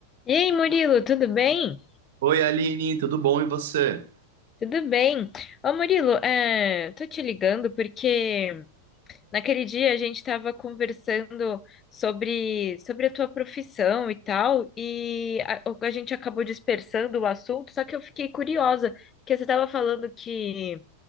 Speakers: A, on the left; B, on the right.
A: E aí, Murilo, tudo bem?
B: Oi, Aline, tudo bom e você?
A: Tudo bem. Ô, Murilo, é, tô te ligando porque naquele dia a gente estava conversando sobre, sobre a tua profissão e tal, e a, o- a gente acabou dispersando o assunto, só que eu fiquei curiosa, porque você estava falando que,